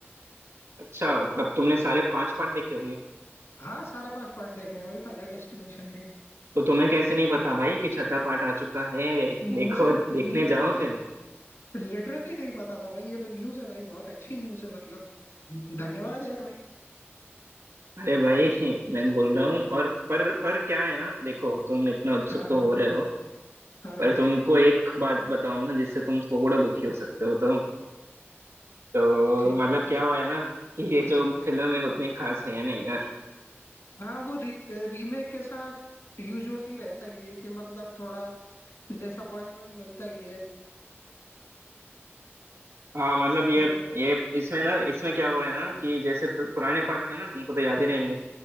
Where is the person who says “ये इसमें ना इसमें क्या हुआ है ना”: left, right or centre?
Right